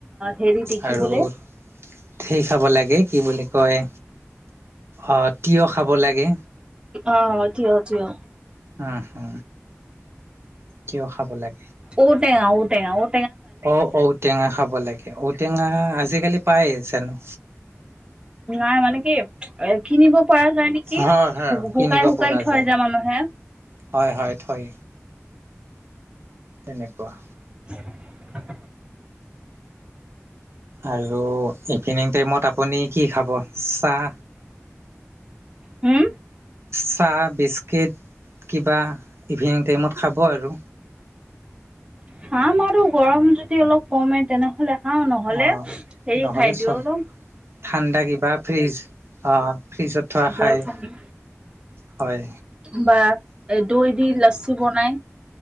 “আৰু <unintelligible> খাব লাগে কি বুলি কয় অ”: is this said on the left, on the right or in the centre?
Right